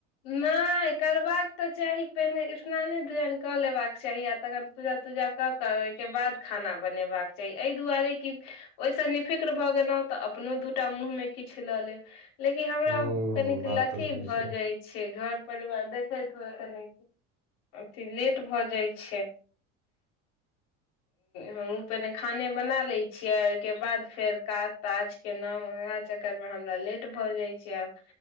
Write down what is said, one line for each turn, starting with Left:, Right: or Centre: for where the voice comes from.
Left: नै करबाक तऽ चाही पहिने स्नाने ध्यान कऽ लेबा कऽ चाही। तकर पूजा तूजा कऽ कऽ ओइ केँ बाद खाना बनेबाक चाही एहि दुआरे कि ओइ स निफिक्र भऽ गेनौ तऽ अपनो दूटा मुँहमे किछ लऽ लेब। लेकि हमरा
Right: हूँ
Left: कनिक
Right: बात
Left: लथी
Right: तऽ सही
Left: भऽ
Right: छै
Left: जाय छै घर परिवार देखैै कऽ कनि- अथी लेट भऽ जाइ छै हम पहने खाने बना ले छियै ओइकेँ बाद फेर काज ताज केलैं उएह चक्कर मे हमरा लेट भऽ जाइत छै आब